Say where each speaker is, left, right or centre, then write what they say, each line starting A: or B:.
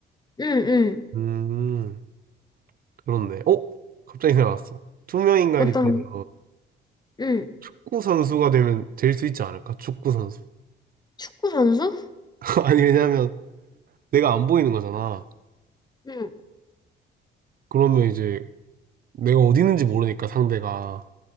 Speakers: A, on the left (about 20°); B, on the right (about 45°).
A: 응, 응.
B: 음, 그렇네. 어? 갑자기 생각났어. 투명 인간이
A: 어떤,
B: 되면
A: 거? 응.
B: 축구 선수가 되면 될 수 있지 않을까? 축구 선수.
A: 축구 선수?
B: <laughs> 아니 왜냐면 내가 안 보이는 거잖아.
A: 응,
B: 그러면 이제 내가 어디 있는지 모르니까 상대가